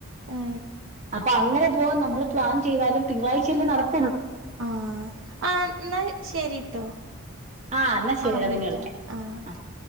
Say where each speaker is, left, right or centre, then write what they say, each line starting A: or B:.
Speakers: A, on the right; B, on the right.
A: ഏ
B: അപ്പൊ അങ്ങനെ പോക നമ്മൾ പ്ലാ ചെയ്താലും തിങ്കളാഴ്ചൽ നട
A: ആഹ ആ എന്നാ ശരിട്ടോ
B: ആ എന്നാ ശരിയടാ
A: ആഹ വിളിക്ക
B: പിന്നെ വിളിക്കാം
A: ആഹ ഓക്കെ
B: ആ